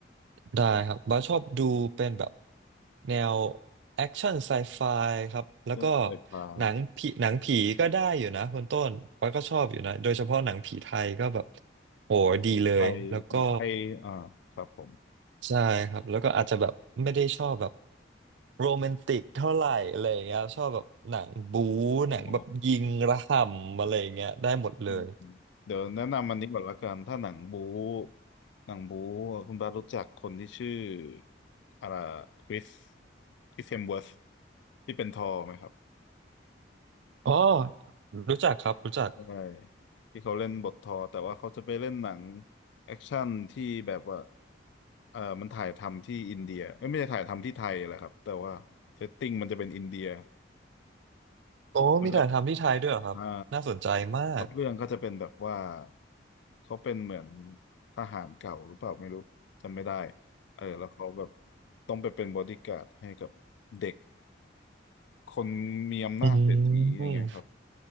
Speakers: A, on the right; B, on the left.
A: ได้ครับบาสชอบดูเป็นแบบแนวแอคชั่นไซไฟครับแล้วก็
B: เรื่องไฟฟ้า
A: หนังผีหนังผีก็ได้อยู่นะคุณต้นบาสก็ชอบอยู่นะโดยเฉพาะหนังผีไทยก็แบบโหดีเลยแล้วก็
B: ผีไทยผีไทยอ่าครับผม
A: ใช่ครับแล้วก็อาจจะแบบไม่ได้ชอบแบบโรแมนติกเท่าไหร่อะไรอย่างเงี้ยชอบแบบหนังบู๊หนังแบบยิงระห่ำอะไรอย่างเงี้ยได้หมดเลย
B: อ๋อ อืมเดี๋ยวแนะนำอันนี้ก่อนละกันถ้าหนังบู๊หนังบู๊คุณบาสรู้จักคนที่ชื่ออะไรคริสคริสเฮมเวิร์ธที่เป็นทอร์ไหมครับ
A: อ๋อรู้จักครับรู้จัก
B: ใช่ที่เขาเล่นบททอร์แต่ว่าเขาจะไปเล่นหนังแอคชั่นที่แบบว่าเออมันถ่ายทำที่อินเดียเอ้ยไม่ใช่ถ่ายทำที่ไทยแหละครับแต่ว่าเซตติ้งมันจะเป็นอินเดีย
A: โอ้มีถ่ายทำที่ไทยด้วยเหรอครับน่าสนใจมาก
B: มันจะอ่า พล็อตเรื่องก็จะเป็นแบบว่าเขาเป็นเหมือนทหารเก่าหรือเปล่าไม่รู้จำไม่ได้เออแล้วเขาแบบต้องไปเป็นบอดี้การ์ดให้กับเด็กคนมีอำนาจเศรษฐีอย่างเงี้ยครับ
A: อืม